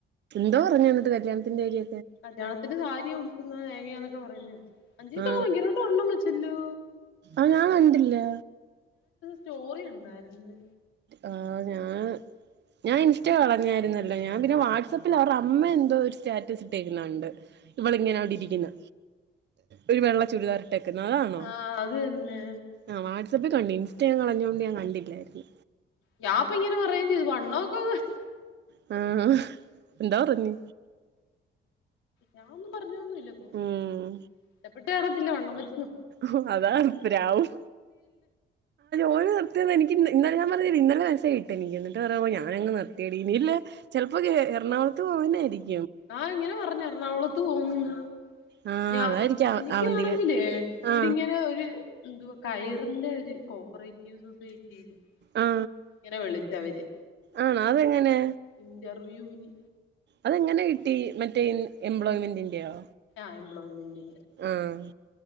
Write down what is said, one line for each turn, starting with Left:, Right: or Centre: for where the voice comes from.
Right: <unintelligible> എന്നിട്ട് കല്യാണത്തിൻ്റെര്
Left: കല്യാണത്തിന് സാരിയാ ഉടുകുന്നേ തേങ്ങയാന്നൊ ക്കെ പറയുന്ന കേട്ടു അഞ്ജലിക്കാക്കെ
Right: ആ
Left: ഭയങ്കരായിട്ട് വണ്ണം വച്ചല്ലൊ
Right: ആ ഇണ്ടല്ലാ
Left: സ്റ്റോറിയിണ്ടായ്‌ര്ന്ന്
Right: ആ ഞാന് ഞാ ഇൻസ്റ്റ കളഞ്ഞായിര്ന്നെല്ലാ ഞാൻ പിന്നെ
Left: ആഹ്
Right: വാട്സപ്പിൽ
Left: ശരി
Right: അവർടെ അമ്മ എന്തോര് സ്റ്റാറ്റസ് ഇട്ടേകുന്ന കണ്ട് ഇവൾ ഇങ്ങനെ അവിടെ ഇരിക്കുന്ന് ഒരു വെള്ള ചുരിദാർ ഇട്ടേകുന്ന് അതാണോ
Left: ആഹ് അത് തന്നെ
Right: ആ വാട് ട്സപ്പിൽ കണ്ട് ഇൻസ്റ്റ ഞാൻ കളഞ്ഞോണ്ട് ഞാൻ കണ്ടില്ലാര്ന്ന്
Left: ഞാൻ ഇപ്പൊ ഇങ്ങനെ പറയേം ചെയ്ത് വണ്ണം ഒക്കെ വെ
Right: <unintelligible> എന്തോ പറഞ്ഞ്
Left: ഞാൻ ഒന്നും പറഞ്ഞോന്നുമില്ല ഇഷ്ടപ്പെട്ട്
Right: ഉം
Left: കാണത്തില്ല വണ്ണം വെച്ചു
Right: ഹോഅതാണ് പ്രാവും ഓൾ നിർത്തിത് എനിക് ഇന്നലെ ഞാൻ പറഞ്ഞില്ലേ ഇന്നലെ മെസ്സേജ് ഇട്ട് എനിക് എന്ന്ട്ട് പറയുവാ ഓ ഞാൻ നിർത്തിയടി വീട്ടിൽ ചെലപ്പൊ എറണാകുളത്ത് പോവനാരിക്കും
Left: ആഹ് ഇങ്ങനെ പറഞ്ഞ് എറണാകുളത് പോന്നന്ന്
Right: ആ
Left: <unintelligible>
Right: അതായിരിക്കാം
Left: എനിക്ക്
Right: അവന്തിക
Left: ആണങ്കിലെ ഇവിടിങ്ങനെ
Right: ആ
Left: ഒരു എന്തുവാ കയറിൻ്റെ ഒരു കോപ്പറേറ്റീവ് സൊസൈറ്റ <unintelligible>
Right: ആ
Left: ഇങ്ങനെ വിളി ഇത് അവരെ
Right: ആണോ അതെങ്ങനെ
Left: ഇൻ്റർവൃൂന്
Right: അതെങ്ങനെ കിട്ടി മറ്റെ എംബ്ലോയിമെൻ്റിൻ്റെയോ
Left: ആ എംബ്ലോയ്മെൻ്റ്
Right: ആഹ്